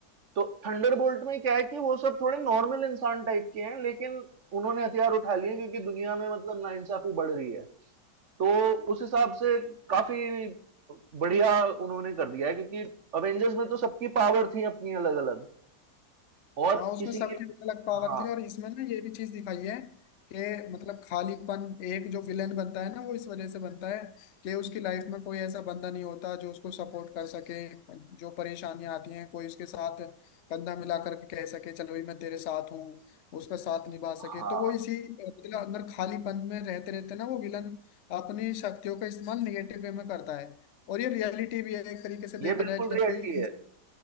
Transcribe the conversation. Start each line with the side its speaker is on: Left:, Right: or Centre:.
Right: तो थंडरबोल्ट में क्या है कि वो सब थोड़े नॉर्मल इंसान टाइप के हैं लेकिन उन्होंने हथियार उठा लिए क्योंकि दुनिया में मतलब नाइंसाफी बढ़ रही है तो उस हिसाब से काफी बढ़िया उन्होंने कर दिया है क्योंकि अवेंजर्स में तो सबकी पावर थी अपनी अलग अलग और
Left: हाँ उसमें
Right: किसी
Left: सबकी
Right: की
Left: अलग अलग पावर
Right: हाँ
Left: थी और इसमें ना ये भी चीज दिखाई है कि मतलब खालीपन एक जो विलेन बनता है ना वो इस वजह से बनता है कि उसकी लाइफ में कोई ऐसा बंदा नहीं होता जो उसको सपोर्ट कर सके जो परेशानियां आती हैं कोई उसके साथ कंधा मिला करके कह सके चलो भाई मैं तेरे साथ हूँ उसका साथ निभा सके
Right: हाँ
Left: तो वो इसी अ, मतलब अंदर खालीपन में रहते रहते ना वो विलन अपनी शक्तियों का इस्तेमाल निगेटिव वे में करता है और ये रियलिटी भी है एक तरीके से
Right: ये
Left: देखा
Right: बिल्कुल
Left: जाए जब
Right: रियलिटी
Left: कोई
Right: है